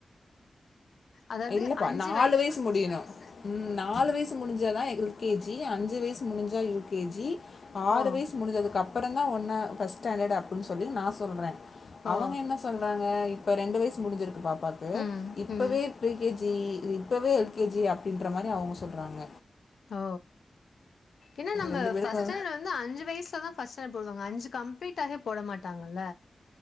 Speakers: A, on the left; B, on the left.
A: அதாவது
B: இல்லப்பா
A: அஞ்சு
B: நாலு வயசு முடியணு உம் நாலு வயசு முடிஞ்சாதா எங்களுக்கு கே ஜி அஞ்சு வயசு முடிஞ்சா யூ கே ஜி ஆறு
A: ஓ
B: வயசு முடிஞ்சதுக்கு அப் அப்பறந்தா ஒன்னு ஃபஸ்ட் ஸ்டாண்டட் அப்பிட்ன் சொல்லி நா சொல்றே.
A: ஓ
B: அவுங்க என்ன சொல்றாங்க இப்ப ரெண்டு வயசு முடிஞ்சிருக்கு பாப்பாக்கு
A: ம்
B: இப்பவே
A: ம்
B: கே ஜி இப்பவே எல் கே ஜி அப்டின்ற மாரி அவுங்க சொல்றாங்க.
A: ஓ என்ன நம்ம
B: ரெண்டு பேருக்கு
A: ஃபர்ஸ்ட் ஸ்டாண்டட் வந்து அஞ்சு வயசுல தா ஃபஸ்ட் ஸ்டாண்ட் போடுவாங்க அஞ்சு <unintelligible> கம்ப்ளீட் ஆக போட மாட்டாங்கல்ல.